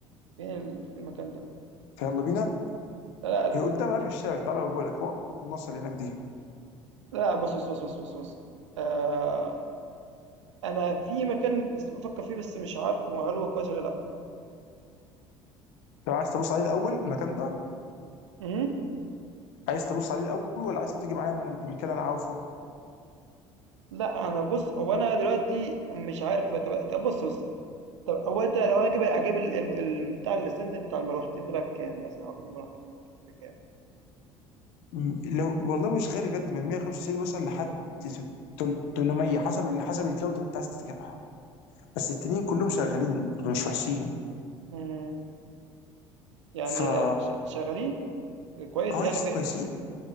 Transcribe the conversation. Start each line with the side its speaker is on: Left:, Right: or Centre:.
Right: فين ال- في المكان ده
Left: فيلا بينا
Right: لا لا لا
Left: هي قدام اخر الشارع تعالى اوريهولك هو النصر اللي هناك دي
Right: لا بص بص بص بص بص بص آه أنا في مكان بس بافكّر فيه بس مش عارفه هل هو كويس والّا لأ.
Left: لو عايز تبص عليه الأول المكان ده
Right: اهم،
Left: عايز تبص عليه الأول ولا عايز تيجي معايا في المكان اللي أنا عارفه
Right: لأ أنا بُص، هو أنا دلوقتي مش عارف طب طب بُص، بُص، طب هو أنت لو أنا أجيب أجيب ال الم ال بتاع الstand بتاع المروحتين دُولة بكام مثلًا، أو أجيب المر المروحتين بكام؟
Left: مم. لو والله مش غالي بجد من 195 مثلا لحد ست- تل- 800 حسب ال- حسب الجوده اللي انت عايز تجيبها بس التانيين كلهم شغالين مش وحشين
Right: إمم، يعني
Left: فا
Right: ش شغالين؟ كويس
Left: اه
Right: يعني
Left: يس
Right: ب
Left: كويسين